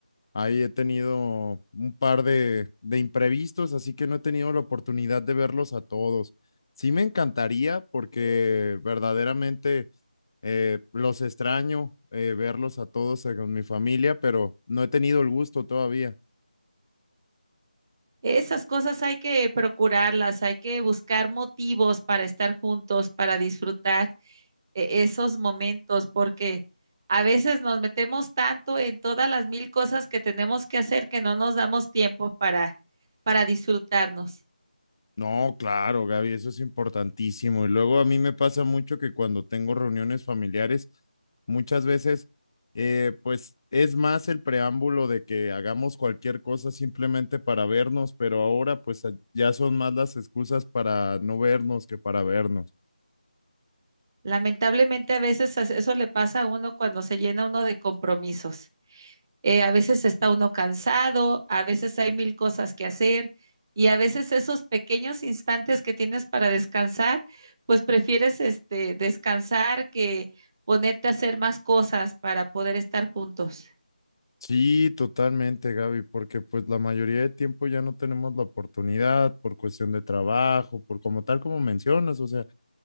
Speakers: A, on the left (about 30°); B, on the right (about 25°).
A: Ahí he tenido un par de, de imprevistos, así que no he tenido la oportunidad de verlos a todos. Sí me encantaría porque verdaderamente eh, los extraño eh, verlos a todos eh, con mi familia, pero no he tenido el gusto todavía.
B: Esas cosas hay que procurarlas, hay que buscar motivos para estar juntos, para disfrutar. e- esos momentos, porque a veces nos metemos tanto en todas las mil cosas que tenemos que hacer que no nos damos tiempo para, para disfrutarnos.
A: No, claro, Gaby, eso es importantísimo. Y luego a mí me pasa mucho que cuando tengo reuniones familiares, muchas veces, eh, pues es más el preámbulo de que hagamos cualquier cosa simplemente para vernos, pero ahora pues a- ya son más las excusas para no vernos que para vernos.
B: Lamentablemente a veces as- eso le pasa a uno cuando se llena uno de compromisos. Eh, a veces está uno cansado, a veces hay mil cosas que hacer y a veces esos pequeños instantes que tienes para descansar, pues prefieres este descansar que ponerte a hacer más cosas para poder estar juntos.
A: Sí, totalmente, Gaby, porque pues la mayoría de tiempo ya no tenemos la oportunidad por cuestión de trabajo, por como tal como mencionas, o sea.